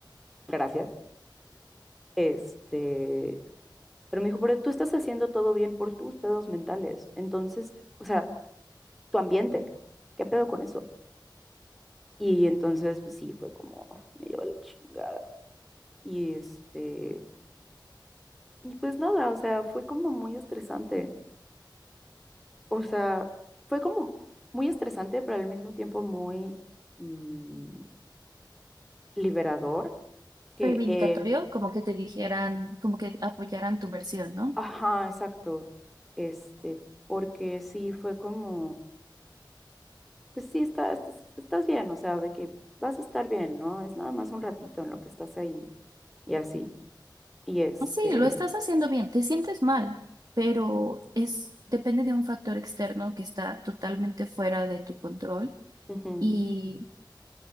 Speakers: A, in the centre; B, on the right (about 50°).
A: gracias. Este, pero me dijo, pero tú estás haciendo todo bien por tus pedos mentales. Entonces, o sea, tu ambiente, ¿qué pedo con eso? Y entonces, pues sí, fue como, me llevó la chingada. Y este, y pues nada, o sea, fue como muy estresante. O sea, fue como muy estresante, pero al mismo tiempo muy mm, liberador que
B: Reivindicatorio,
A: él,
B: como que te dijeran, como que apoyaran tu versión, ¿no?
A: ajá, exacto, este, porque sí fue como, pues sí, está, estás, estás bien, o sea, de que vas a estar bien, ¿no? Es nada más un ratito en lo que estás ahí y así. Y este,
B: Sí, lo estás haciendo bien, te sientes mal, pero es depende de un factor externo que está totalmente fuera de tu control
A: ujú,
B: y,